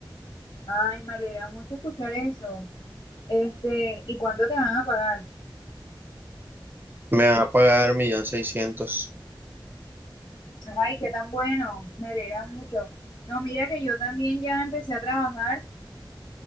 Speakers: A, on the left; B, on the right.
A: Ay, me alegra mucho escuchar eso. Este, ¿y cuánto te van a pagar?
B: Me van a pagar un millón seiscientos. mil.
A: Ay, qué tan bueno, me alegra mucho. No, mira que yo también ya empecé a trabajar.